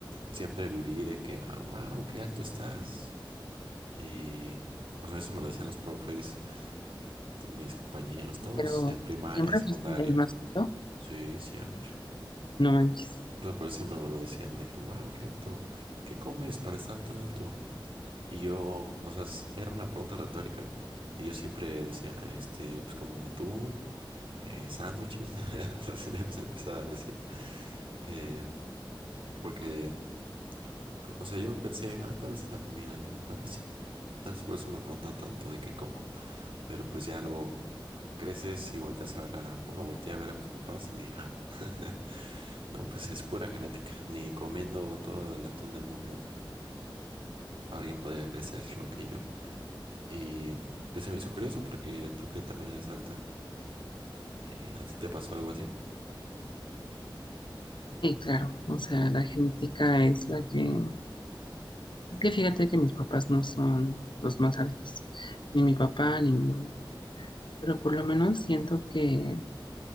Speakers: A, on the right; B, on the left.
A: siempre viví de que, ah, wow, qué alto estás. Y, o sea, eso me lo decían los profes, to- mis compañeros, todos
B: Pero
A: en primaria,
B: siempre
A: en secundaria.
B: fuiste el más alto,
A: Sí, siempre.
B: no manches.
A: Entonces, por eso siempre me lo decían de que, wow, qué alto. ¿Qué comes para estar tan alto? Y yo, o sea, s- era una pregunta retórica y yo siempre decía, este, pues como atún, eh, sándwiches, <laughs> o sea, así le empe- empezaba a decir. Eh, porque, co- o sea, yo pensé, ah, tal vez es la comida, ¿no? Tal vez sí. Tal vez por eso me preguntan tanto de qué como. Pero pues ya luego creces y volteas a ver a, bueno, volteé a ver a mis papás y dije, "Ah, <laughs> no, pues es pura genética. Ni comiendo todo el atún del mundo, alguien podría crecer lo que yo. Y pues se me hizo curioso porque tú que también eres alta, eh, ¿a ti te pasó algo así?
B: Sí, claro, o sea, la genética es la que... Es que fíjate que mis papás no son los más altos, ni mi papá ni mi mamá, pero por lo menos siento que,